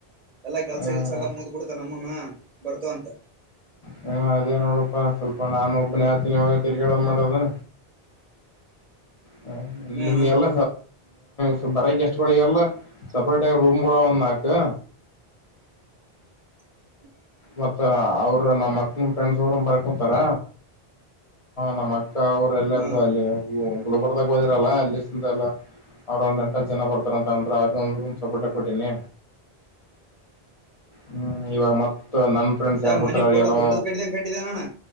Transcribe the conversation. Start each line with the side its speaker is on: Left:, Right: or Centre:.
Right: ಎಲ್ಲ ಕೆಲಸ
Left: ಹ್ಮ್
Right: ಕೆಲಸ ಎಲ್ಲ ಮುದ್ಬಿಡ್ತ ನಮ್ಮನು ಬರ್ತು ಅಂತ
Left: ಹ್ಮ ಅದೇ ನೋಡಪ್ಪಾ ಸ್ವಲ್ಪ ನಾನು ಒಬ್ಬನೇ ಆತನಿ ಇಾಗ ತಿರ್ಗಾಡ ಮಾಡೋದು
Right: <inaudible>
Left: ಹ
Right: ಹ್ಮ್
Left: ನಿಮ್ ಎಲ್ಲ
Right: ಹ್ಮ್
Left: ಸ ಬರ ಗೆಸ್ಟ್ಗಳಿಗೆಲ್ಲ ಸಪ್ರೇಟ್ ಆಗಿ ರೂಮ್ಗಳ ಒಂದ್ ನಾಲ್ಕು
Right: <inaudible>
Left: ಮತ್ತ ಅವ್ರ ನಮ್ಮ್ ಮಕ್ಳ ಫ್ರೆಂಡ್ಸ್ ಅವರು ಬರ್ಕೊಂತಾರ ನಮ್ಮ್ ಅವ್ರ ಎಲ್ಲಂಗು
Right: ಹ್ಮ್
Left: ಅಲ್ಲಿ ಗುಲ್ಬರ್ದಾಗ ಹೋದಿರಲ್ಲ ಅಲ್ಲಿಸ ಮಠ ಎಲ್ಲಾ. ಅವ್ರ ಒಂದ್ ಎಂಟ ಹತ್ತ ಜನ ಬರ್ತಾರಂತ ಅಂದ್ರ ಅವ್ರಿ ಒಂದ ರೂಮ್ ಸೆಪೆರೇಟ್ ಕೊಟ್ಟಿನಿ.
Right: <inaudible>
Left: ಹ್ಮ್ ಇವಾಗ ಮತ್ ನನ್ ಫ್ರೆಂಡ್ಸ್ ಯಾರ್
Right: ಏ
Left: ಬರ್ತ್
Right: ಮನಿ
Left: ಅವ್ರಿಗಿ
Right: ಪೂರಾ
Left: ಎಲ್ಲಾ.
Right: ದೊಡ್ಡದ್ ಕಟ್ಟಿದಂಗ ಕಟ್ಟಿದೇನಣ್ಣ